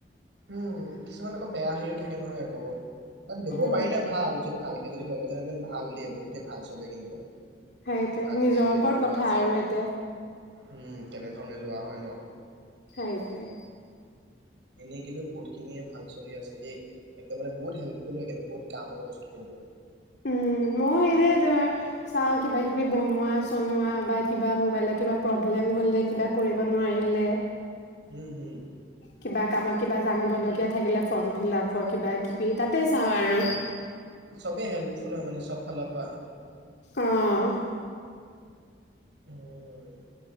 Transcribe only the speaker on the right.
উম, কিছুমান আকৌ বেয়া হেৰিও থাকে নহয় আকৌ। বাত, ল'ব
পাৰিলে ভাল যদি ভাল যদি ল'ব জানে দেন ভাল দেই, বহুতে ভাল চলে কিন্তু।
ভালকে
লোৱা
যায়
উম, কেনেধৰণে লোৱা হয় ন?
এনেই কিন্তু বহুত খিনিয়ে ভাল চলি আছে দেই, একদম মানে বহুত হেল্পফুল হয় কিন্তু বহুত কামৰ বস্তু কিন্তু।
উম' হুম।
চবেই হেল্পফুল হয় মানে চব ফালৰ পৰা।
উম।